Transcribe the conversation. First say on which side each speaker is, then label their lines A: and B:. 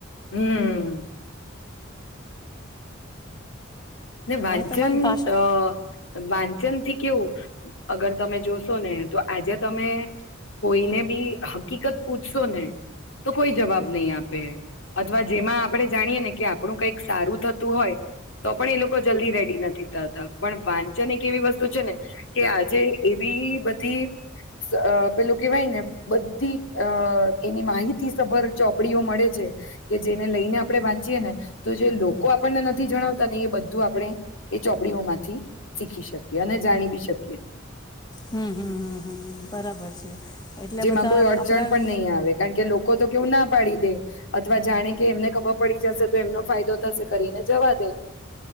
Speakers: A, on the left; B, on the left.
A: હમ્મ. ને વાંચન
B: અને તમારી ભાષા
A: અહ વાંચન થી કેવું અગર તમે જોશો ને તો આજે તમે કોઈને બી હકીકત પૂછશો ને તો કોઈ જવાબ નહી આપે. અથવા જેમાં આપણે જાણીએ ને કે આપણું કઈક સારું થતું હોય, તો પણ એ લોક કો જલ્દી રેડી નથી થતા. પણ વાંચન એક એવી વસ્તુ છે ને, કે આજે એવી બધી સ પેલું કેવાય ને બધી અહ એની માહિતી સભર ચોપડીઓ મળે છે. કે જેને લઈને આપણે વાંચીએ ને, તો જે લોકો આપણને નથી જણાવતા ને એ બધ ધું આપણે એ ચોપડીઓ માંથી શીખી શકીએ અને જાણી બી શકીએ.
B: હમ્મ-હમ્મ-હમ્મ-હમ્મ-હમ્મ બરાબર છે. એટલે
A: જેમાં
B: બધા
A: કોઈ અડચણ
B: આપણા
A: પણ નહીં આવે. કારણ કે લોકો તો કેવું ના પાડી દે અથવા જાણે કે એમને ખબર પડી જશે તો એમનો ફાયદો થશે કરીને જવા દે.